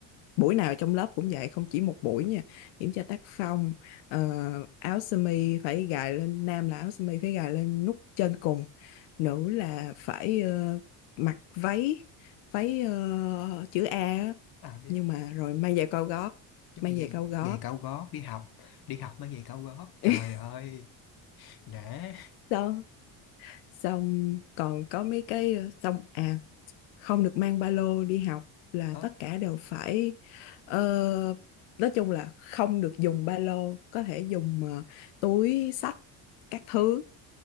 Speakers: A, on the left (about 80°); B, on the left (about 50°).
A: buổi nào trong lớp cũng vậy không chỉ một buổi nha kiểm tra tác phong ờ, áo sơ mi phải gài lên nam là áo sơ mi phải gài lên nút trên cùng nữ là phải ờ, mặc váy váy ờ, chữ A á.
B: à biết
A: nhưng
B: biết
A: mà rồi may giày cao gót
B: trời
A: may
B: giày,
A: giày cao gót
B: giày cao gót đi học đi học mang giày cao gót trời
A: <laughs>
B: ơi để
A: xong xong còn có mấy cái ờ, xong à không được mang ba lô đi học là
B: ờ,
A: tất cả đều phải ờ, nói chung là không được dùng ba lô có thể dùng ờ, túi xách các thứ